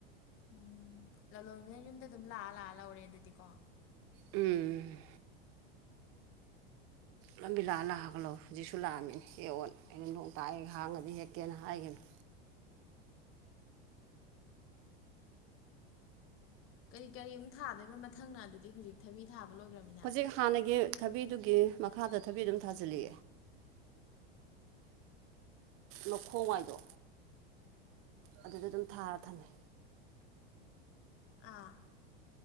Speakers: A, on the left; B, on the right.
A: ꯎꯝ ꯂꯂꯣꯟꯕꯅ ꯌꯨꯝꯗ ꯑꯗꯨꯝ ꯂꯥꯛꯑ ꯂꯥꯛꯑ ꯂꯧꯔꯦ ꯑꯗꯨꯗꯤ ꯀꯣ
B: ꯎꯝ ꯎꯝ ꯂꯝꯕꯤ ꯂꯥꯛ ꯂꯥꯛꯑꯒ ꯂꯧ ꯍꯧꯖꯤꯛꯁꯨ ꯂꯥꯛꯑꯝꯃꯤꯅꯦ ꯍꯦꯛꯑꯣꯅ ꯑꯩꯅ ꯅꯣꯡ ꯇꯥꯏ ꯍꯥꯡꯉꯗꯤ ꯍꯦꯛꯀꯦꯅ ꯍꯥꯏꯒꯤꯝꯅꯦ
A: ꯀꯔꯤ ꯀꯔꯤ ꯑꯃꯨꯛ ꯊꯥꯗꯣꯏꯕ ꯃꯊꯪꯅ ꯑꯗꯨꯗꯤ ꯍꯧꯖꯤꯛ ꯊꯕꯤ ꯊꯥꯕ ꯂꯣꯏꯒ꯭ꯔꯝꯅꯤꯅ
B: ꯍꯧꯖꯤꯛ ꯍꯥꯟꯅꯒꯤ ꯊꯕꯤꯗꯨꯒꯤ ꯃꯈꯥꯗ ꯊꯕꯤ ꯑꯗꯨꯝ ꯊꯥꯖꯤꯜꯂꯤ ꯃꯈꯣꯡꯋꯥꯏꯗꯣ ꯑꯗꯨꯗ ꯑꯗꯨꯝ ꯊꯥꯔ ꯊꯝꯃꯦ
A: ꯑꯥ